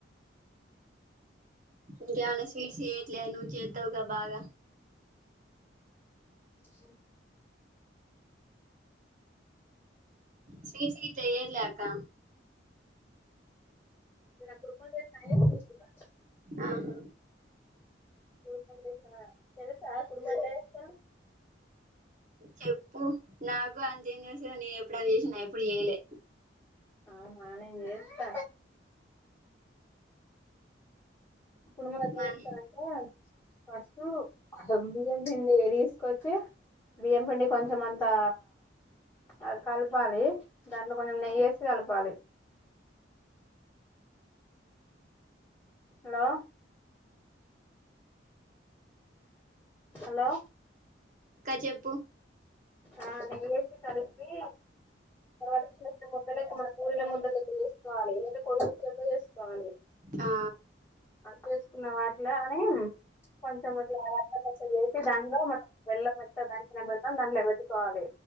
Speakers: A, on the right (about 40°); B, on the left (about 15°).
A: ఇంకా ఏమన్నా స్వీట్స్ చేయట్లే నువ్వు చేద్దావు క బాగా
B: హు
A: స్వీట్స్ అయితే ఏయారు లే అక్క
B: నిన్న కుడుములు చేసిన అయ్యింది చుతువురా
A: ఆహా
B: కుడుమ్ ఏంది లేంది కావాలి తెలుసా కుడుములు ఎట్లా చేస్తారో
A: చెప్పు నాకు అంతే ఏం తెలుసు నేను ఎప్పుడన్న చేసిన్నా ఎప్పుడు చేయలే
B: అవున నేను చెత్త కుడుములు ఎట్లా
A: మన
B: చేస్తారంట ఫస్ట్ బియం పిండి ఏ తీసుకొచ్చి బియ్యం పిండి కొంచెం అంతా అది కలపాలి దాంట్లో కొంచెం నెయ్యేసి కలపాలి హలో హలో
A: ఇక్క చెప్పు
B: ఆ నెయ్యి ఏసీ తడిపి తర్వాత చిన్నట్ల ముద్దలతే మన కూల ముద్ద చేసుకోవాలి లేదా కొడుకు చేసుకోవాలి
A: ఆ
B: చేసుకున్న వాటిలో అని కొంచెం రకరలు దానిలో మనం వెళ్ల మత్త దానికిన వెదాం దానిలో పెట్టుకోవాలి